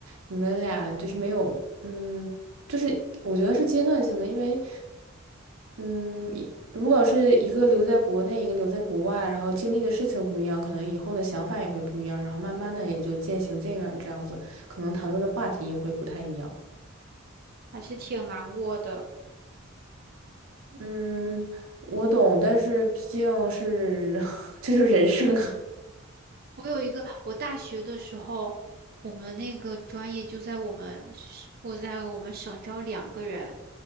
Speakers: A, on the right; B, on the right.
A: 你们俩就是没有，嗯，就是我觉得是阶段性的，因为，嗯，一如果是一个留在国内，一个留在国外，然后经历的事情不一样，可能以后的想法也会不一样，然后慢慢的也就渐行渐远这样子，可能谈论的话题也会不太一样。
B: 还是挺难过的。
A: 嗯，我懂，但是毕竟是 <laughs> 这就是人生啊。
B: 我有一个，我大学的时候，我们那个专业就在我们省我在我们省招两个人，